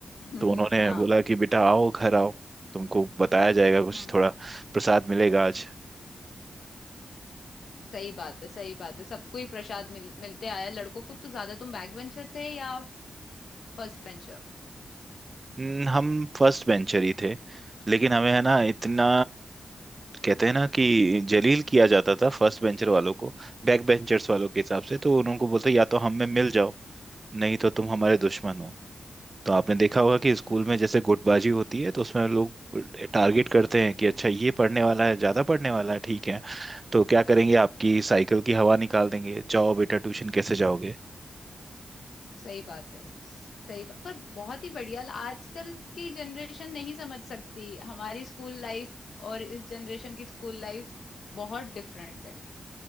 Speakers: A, on the left (about 80°); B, on the right (about 30°).
A: हम्म,
B: तो उन्होंने
A: <laughs> हाँ
B: बोला कि बेटा आओ घर आओ तुमको बताया जाएगा कुछ
A: हम्म
B: थोड़ा प्रसाद मिलेगा आज
A: सही बात है सही बात है सबको ही प्रसाद मिल, मिलते आया लड़कों को तो ज्यादा तुम बैक बेंचर थे या फर्स्ट बेंचर
B: हम्म, हम फर्स्ट बेंचर ही थे लेकिन हमें है ना इतना कहते हैं ना कि जलील किया जाता था फर्स्ट बेंचर वालों को बैक बेंचर्स वालों के हिसाब से तो उनको बोलते या तो हम में मिल जाओ नहीं तो तुम हमारे दुश्मन हो तो आपने देखा होगा कि स्कूल
A: <laughs>
B: में जैसे गुटबाजी होती है तो उसमें लोग टारगेट करते हैं कि अच्छा ये पढ़ने वाला है ज्यादा पढ़ने वाला है ठीक है तो क्या करेंगे आपकी साइकिल की हवा निकाल देंगे जाओ बेटा ट्यूशन कैसे जाओगे
A: सही बात है सही बात पर बहुत ही बढ़िया आजकल की जनरेशन नहीं समझ सकती हमारी स्कूल लाइफ और इस जनरेशन की स्कूल लाइफ बहुत डिफरेंट है